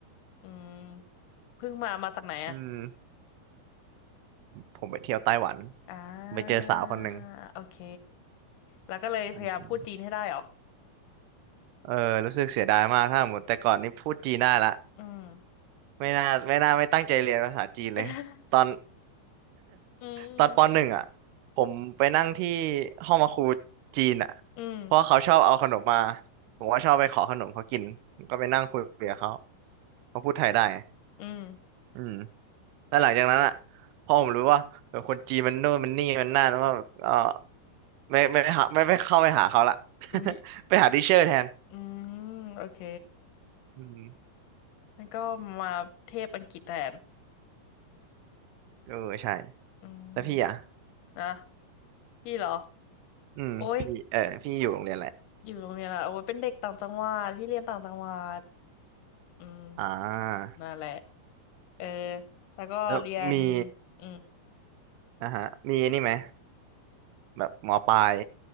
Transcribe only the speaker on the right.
อืมผมไปเที่ยวไต้หวัน
ผมไปเจอสาวคนหนึ่ง
อืมเออรู้สึกเสียดายมากถ้าหมดแต่ก่อนนี่พูดจีนได้ละ
ไม่น่าไม่น่าไม่ตั้งใจเรียนภาษาจีนเลยตอน
ตอนปหนึ่งอ่ะผมไปนั่งที่ห้องมาครูจีนอ่ะ
เพราะว่าเขาชอบเอาขนมมาผมก็ชอบไปขอขนมเขากินผมก็ไปนั่งคุยกับเขาเขาพูดไทยได้
อืมแล้วหลังจากนั้นอ่ะพอผมรู้ว่าเออคนจีนมันโน่นมันนี่มันนั่นแล้วก็เออไม่ไม่หาไม่ไม่เข้าไปหาเขาละ <laughs>
ไปหาดิเชอร์แทน
อืม
เออใช่
แล้วพี่อ่ะ
อืมพี่เออพี่อยู่โรงเรียนแหละไร
อ่า
แล้วมี
นะฮะมีอันนี่ไหมแบบหมอปลาย